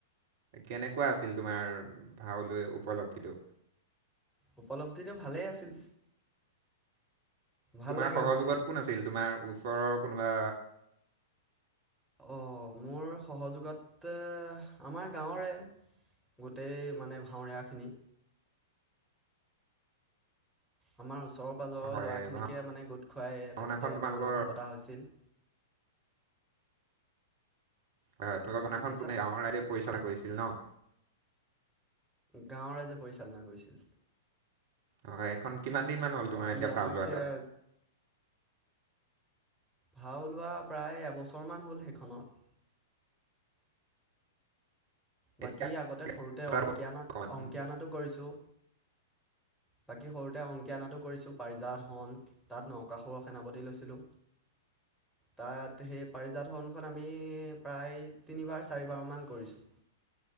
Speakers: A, on the right; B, in the centre.
A: কেনেকুৱা আছিল তোমাৰ ভাওলৈ উপল্ধিটো?
B: উপলব্ধিটো ভালেই আছিল। ভাল
A: তোমাৰ
B: লাগে
A: সহযোগত
B: ভাওনা
A: কোন আছিল, তোমাৰ ওচৰৰ কোনোবা?
B: অঁ মোৰ সহযোগত আমাৰ গাঁৱৰে গোটেই মানে ভাওৰীয়াখিনি। আমাৰ ওচৰৰ পাঁজৰৰ
A: হয়
B: ল'ৰাখিনিকে
A: ভাও-
B: মানে গোট খুৱাই
A: ভাওনাখন
B: তেনেকে
A: তোমালোকৰ
B: ভাওনাখন পতা হৈছিল।
A: <unintelligible> তলৰ ভাওনা
B: কি
A: খন
B: কৈছা
A: কোনে গাঁৱ ৰাইজে পৰিচালনা কৰিছিল ন?
B: গাঁওৰ ৰাইজে পৰিচালনা কৰিছিল।
A: অ' এইখন কিমান দিনমান হ'ল
B: বাকী
A: তোমাৰ এতিয়া
B: আমাক
A: ভাওলোৱা তাত?
B: এ, ভাও ওলোৱা প্ৰায় এবছৰমান হ'ল সেইখনত। বাকী
A: এতিয়া
B: আগতে সৰুতে
A: তাত
B: অংকীয়া
A: অকমান-
B: নাট অংকীয়া নাটো কৰিছোঁ। বাকী সৰুতে অংকীয়া নাটো কৰিছো পাৰিজা হৰণ তাত নকাসুৰৰ সেনাপতি লৈছিলো তাত সেই পাৰিজাতহৰণখন আমি প্ৰায় তিনিবাৰ চাৰিবাৰমান কৰিছো